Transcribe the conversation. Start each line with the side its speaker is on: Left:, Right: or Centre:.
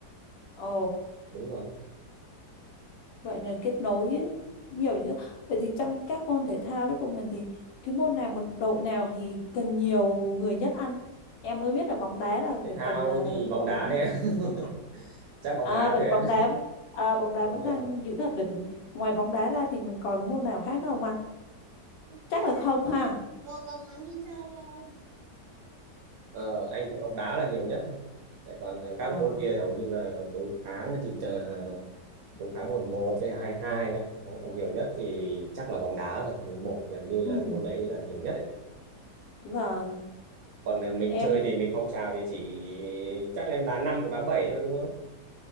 Left: ồ
Right: Đúng rồi.
Left: vậy là kết nối ấy. nhiều dữ vậy thì trong các môn thể thao đó của mình thì cái môn nào mà đội nào thì cần nhiều người nhất ăn? em mới biết là bóng đá là
Right: Thể
Left: phải
Right: thao
Left: cần ờ,
Right: thì bóng
Left: cái đội
Right: đá
Left: đấy nhiều
Right: đấy em.
Left: người nhất phải.
Right: <laughs> Chắc bóng
Left: à
Right: đá
Left: vậy
Right: thôi
Left: bóng
Right: em.
Left: đá v- à, bóng đá
Right: Đúng
Left: vẫn
Right: rồi.
Left: đang giữ là đỉnh ngoài bóng đá ra thì mình còn môn nào khác đâu không anh
Right: chơi
Left: chắc là không
Right: à?
Left: ha
Right: bố công muốn đi chơi đâu Ờ, anh thấy bóng đá là nhiều nhất thôi. Tại còn
Left: Ờ.
Right: các môn kia thì hầu như là đối kháng thì ờ, đối kháng một một với hai hai thôi. Còn nhiều nhất thì chắc là bóng đá rồi. mười một gần như là
Left: Ừ.
Right: môn đấy là nhiều nhất đấy.
Left: Vâng
Right: còn à, mình
Left: em
Right: chơi
Left: thì
Right: thì mình phong trào thì chỉ chắc em đá năm hoặc đá bảy thôi đúng không